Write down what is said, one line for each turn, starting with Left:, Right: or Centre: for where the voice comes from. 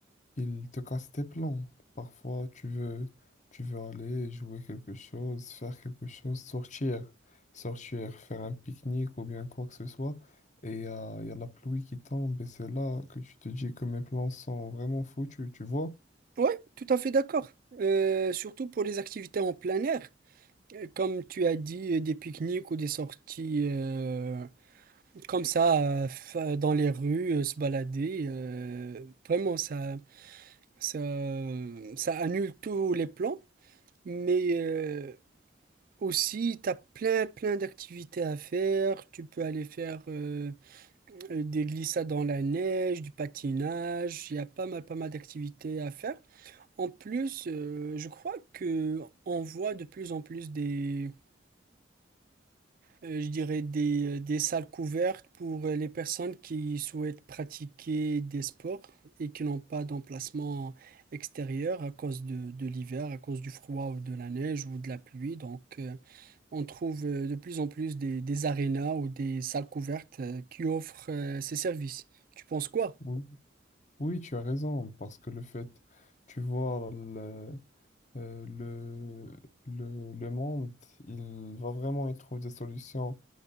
Left: ils te cassent tes plans. Parfois, tu veux, tu veux aller jouer quelque chose, faire quelque chose, sortir, sortir, faire un pique-nique ou bien quoi que ce soit. Et il y a, y a la pluie qui tombe et c'est là que tu te dis que mes plans sont vraiment foutus, tu vois?
Right: Ouais, tout à fait d'accord. Euh, surtout pour les activités en plein air, Euh, comme tu as dit, euh, des pique-niques ou des sorties euh, comme ça euh, fa- dans les rues, euh, se balader. euh, vraiment, ça, ça, ça annule tous les plans. Mais euh, aussi, tu as plein, plein d'activités à faire. Tu peux aller faire euh, euh, des glissades dans la neige, du patinage. Il y a pas mal, pas mal d'activités à faire. En plus, euh, je crois que on voit de plus en plus des, euh, je dirais des, des salles couvertes pour euh, les personnes qui souhaitent pratiquer des sports et qui n'ont pas d'emplacement extérieur à cause de, de l'hiver, à cause du froid ou de la neige ou de la pluie. Donc, euh, on trouve euh, de plus en plus des, des arénas ou des salles couvertes euh, qui offrent euh, ces services. Tu penses quoi?
Left: Oui, Oui, tu as raison, parce que le fait, tu vois, le, euh, le, le, le monde, il va vraiment y trouver des solutions